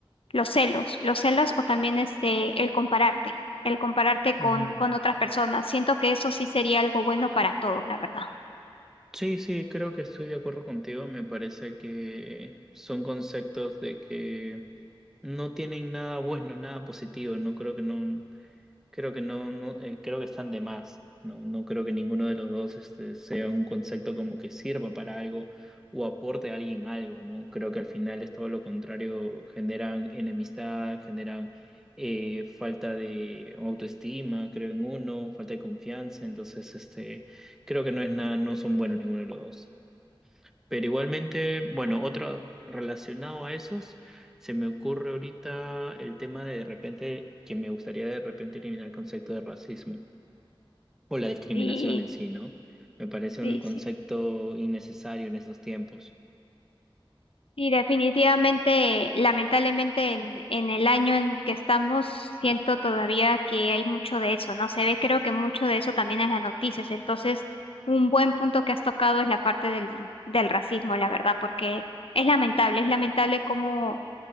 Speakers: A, on the left; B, in the centre.
A: los celos, los celos o también este, el compararte, el compararte con,
B: Mm.
A: con otras personas. Siento que eso sí sería algo bueno para todos, la verdad.
B: Sí, sí, creo que estoy de acuerdo contigo. Me parece que son conceptos de que no tienen nada bueno, nada positivo. No creo que no. Creo que no, no eh, creo que están de más. No, no creo que ninguno de los dos este, sea un concepto como que sirva para algo o aporte a alguien algo, ¿no? Creo que al final es todo lo contrario, generan enemistad, generan eh, falta de autoestima, creo en uno, falta de confianza, entonces este, creo que no es nada, no son buenos ninguno de los dos. Pero igualmente, bueno, otro relacionado a esos, se me ocurre ahorita el tema de, de repente que me gustaría de repente eliminar el concepto de racismo o la discriminación
A: Y
B: en sí, ¿no? Me parece
A: sí,
B: un un concepto
A: sí.
B: innecesario en estos tiempos.
A: Y definitivamente, lamentablemente, en, en el año en que estamos, siento todavía que hay mucho de eso, ¿no? Se ve, creo que mucho de eso también en las noticias. Entonces, un buen punto que has tocado es la parte del, del racismo, la verdad, porque es lamentable, es lamentable cómo